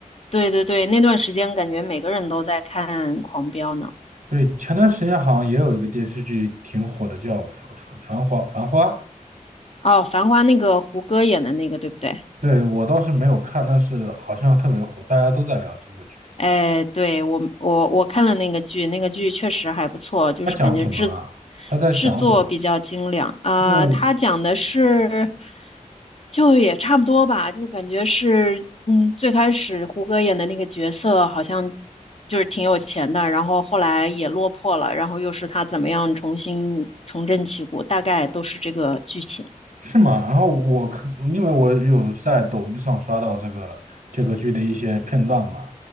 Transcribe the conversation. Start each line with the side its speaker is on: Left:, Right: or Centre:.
Left: 对对对，那段时间感觉每个人都在看狂飙呢。
Right: 对，前段时间好像也有一个电视剧挺火的，叫《繁繁繁花》。繁花，
Left: 哦，繁花那个胡歌演的那个，对不对？
Right: 对，我倒是没有看，但是好像特别火，大家都在聊这部剧。
Left: 哎，对，我我我看了那个剧，那个剧确实还不错，就是感觉制
Right: 它讲什么了？它在讲什么？
Left: 制作比较精良啊。
Right: 因为
Left: 它讲的是，就也差不多吧，就感觉是，嗯，最开始胡歌演的那个角色好像就是挺有钱的，然后后来也落魄了，然后又是他怎么样重新重振旗鼓，大概都是这个剧情。
Right: 是吗？然后我可因为我有在抖音上刷到这个这个剧的一些片段嘛，